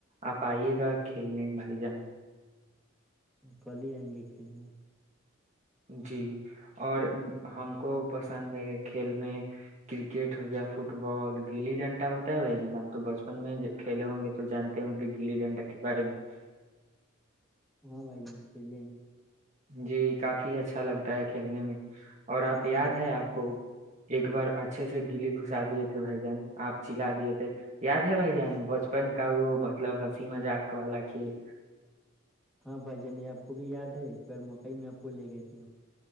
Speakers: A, on the right; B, in the centre.
A: آپ آئیے گا کھیلنے بھائی جان
B: کل ہی آئیں گے کھیلنے
A: جی اور ہم کو پس پسند ہے کھیل میں کرکٹ ہو گیا فٹ بال گلی ڈنٹا ہوتا ہے بھائی جان آپ تو بچپن میں کھیل ہوں گے تو جانتے ہ گے گلی ڈنڈا کے بارے میں
B: ہاں بھائی کھیلے ہیں <inaudible>
A: جی کافی اچھا لگتا ہے کھیلنے میں اور آپ
B: ہاں
A: یاد
B: بھائی جان
A: ہے آپ کو ایک بار اچھے سے گلی گھسا دیے تھے بھائی جان آپ چلا دیے تھے یاد ہے بھ جان بچپن کا وہ مطلب ہ مذق والا کھیل
B: ہاں بھائی جان یہ آپ کو بھی یاد ہے ایک بار مکئی میں آپ کو لے گئے تھے